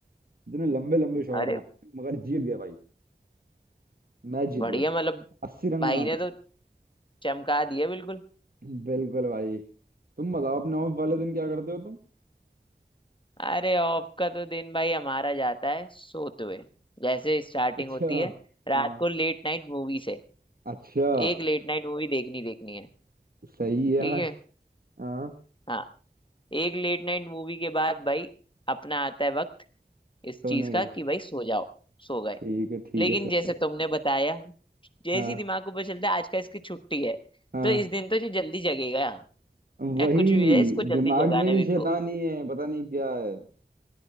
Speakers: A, on the right (about 55°); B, on the left (about 30°).
A: इतने लंबे लंबे शॉट
B: अरे
A: मारे मगर जीत गए भाई मैच जीत
B: बढ़िया
A: गए
B: मतलब
A: अस्सी रन
B: भाई
A: बना
B: ने तो चमका दिया बिल्कुल
A: लिए बिल्कुल भाई तुम बताओ अपने ऑफ वाले दिन क्या करते हो तुम
B: अरे ऑफ का तो दिन भाई हमारा जाता है सोते हुए जैसे स्टार्टिंग
A: अच्छा
B: होती है रात
A: हाँ
B: को लेट नाइट मूवी से
A: अच्छा
B: एक लेट नाइट मूवी देखनी देखनी है
A: सही है यार
B: ठीक है
A: हाँ
B: हाँ एक लेट नाइट मूवी के बाद भाई अपना आता है वक्त इस
A: सोने
B: चीज का
A: का
B: कि भाई सो जाओ सो गए
A: ठीक है ठीक
B: लेकिन
A: है सर
B: जैसे तुमने बताया जैसे
A: हाँ
B: ही दिमाग को पता चलता है आज का इसकी छुट्टी है
A: हाँ
B: तो इस दिन तो ये जल्दी जगेगा
A: वही
B: या कुछ भी है इसको
A: दिमाग
B: जल्दी जगाना
A: में ही
B: है मेरे
A: शैतानी
B: को
A: है पता नहीं क्या है